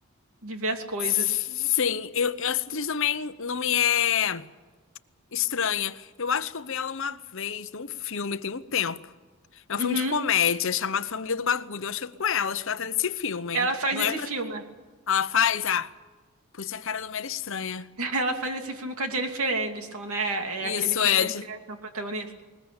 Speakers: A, on the right; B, on the left.
A: de ver as coisas.
B: Sim, eu, eu- essa atriz também não me é estranha. Eu acho que eu vi ela uma vez num filme, tem um tempo. É um
A: Uhum.
B: filme de comédia chamado Família do Bagulho. Eu acho que é com ela, acho que ela tá nesse filme,
A: Ela
B: hein?
A: faz
B: Não
A: esse
B: é pra.
A: filme.
B: Ela faz? Ah, por isso a cara não me era estranha.
A: <laughs> Ela faz esse filme com a Jennifer Aniston, né?
B: Isso,
A: É aquele que
B: Ed.
A: a Jennifer Aniston é o protagonista.